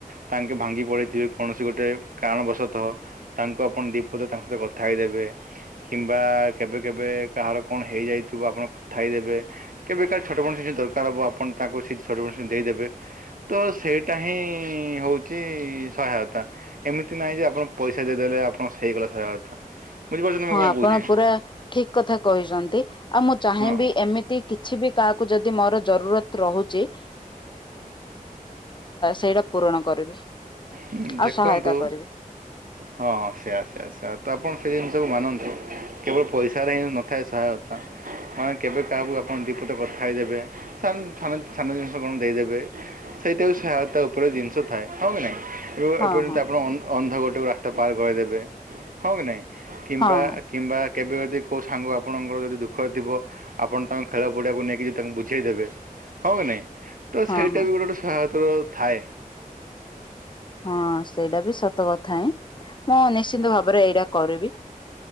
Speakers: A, on the right; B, on the left.
A: ତାଙ୍କେ ଭାଙ୍ଗି ପଡିଥିବେ କୌଣସି ଗୋଟେ କାରଣବଶତଃ। ତାଙ୍କୁ ଆପଣ ଦିପଦ ତାଙ୍କ ସହ କଥା ହେଇଦେବେ କିମ୍ବା କେବେ କେବେ କାହାର କଣ ହେଇଯାଇଥିବ ଆପଣ କଥା ହେଇଦେବେ। କେବେକାର ଛୋଟ <unintelligible> ଦରକାର ହବ ଆପଣ ତାଙ୍କୁ ସେ ଛୋଟ <unintelligible> ଦେଇଦେବେ। ତ ସେଇଟା ହିଁ ହୋଉଚି ସହାୟତା। ଏମିତି ନାଇଁ ଯେ ଆପଣ ପଇସା ଦେଇଦେଲେ ଆପଣଙ୍କ ହେଇଗଲା ସହାୟତା। ବୁଝିପାରୁଛନ୍ତି
B: ହଁ
A: ମୁଁ କଣ
B: ଆପଣ
A: କହୁଛି?
B: ପୁରା ଠିକ କଥା କହିଚନ୍ତ୍। ନ୍ତି ଆଉ ମୁଁ ଚାହିଁବି
A: ହଁ
B: ଏମିତି କିଛି ବି କାହାକୁ ଯଦି ମୋର ଜରୁରତ ରହୁଚି ସେଇଟା ପୂରଣ କରିବି
A: ହୁଁ
B: ଆଉ
A: ଦେଖନ୍ତୁ
B: ସହାୟତା କରିବି
A: ହଁ ସେୟା ସେୟା ସେୟା ତ ଆପଣ ସେ ଜିନିଷକୁ ମାନନ୍ତୁ କେବଳ ପଇସାରେ ହିଁ ନ ଥାଏ ସହାୟତା ମାନେ କେବେ କାହାକୁ ଆପଣ ଦିପଦ କଥା ହେଇଦେବେ ସାନ୍ ସାନ ସାନ ଜିନିଷ କଣ ଦେଇଦେବେ। ସେଇଟାକୁ ଆଉ ସହାୟତା ଉପରେ ଜିନଷ ଥାଏ ହଁ କି ନାଇଁ। କିବା
B: ହଁ
A: ଏପର୍ଯ୍ୟନ୍ତ
B: ହଁ
A: ଆପଣ ଅନ୍ ଅନ୍ଧ ଗୋଟେ ରାସ୍ତା ପାର୍ କରେଇଦେବେ ହଁ କି ନାହିଁ କିମ୍ବା
B: ହଁ ହଁ
A: କିମ୍ବା କେବେ ଯଦି କଉଁ ସାଙ୍ଗ ଆ ଆପଣଙ୍କର ଯଦି ଦୁଃଖ ଥିବ ଆପଣ ତାଙ୍କୁ ଖେଳ ପଡ଼ିଆକୁ ନେଇକି ଯଦି ତାଙ୍କୁ ବୁଝେଇଦେବେ ହଁ କି ନାଇଁ ତ
B: ହଁ
A: ସେଇଟା
B: ହଁ
A: ବି ଗୋଟେ ଗୋଟେ ସହାୟତାର ଥାଏ।
B: ହଁ ସେଇଟା ବି ସତ କଥା ହିଁ ମୁଁ ନିଶ୍ଚିନ୍ତ ଭାବରେ ଏଇଟା କରିବି।